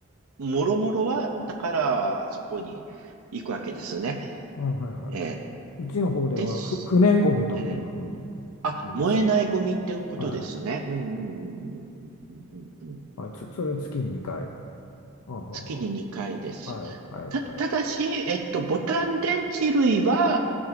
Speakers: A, on the right; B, on the left.
A: もろもろは、だから、そこに行くわけですね。
B: あ、はいは
A: えー
B: い。うちの方ではふ不燃ゴミというふうに
A: です。えーあ、
B: 言いますね。
A: 燃えないゴミってことですね。
B: はい。
A: うんうんうんうんうんうんうん。
B: はい、つそれは月に2回。あはは
A: 月に2回です。
B: はいはいはい。
A: た、ただし、えっと、ボタン電池類は、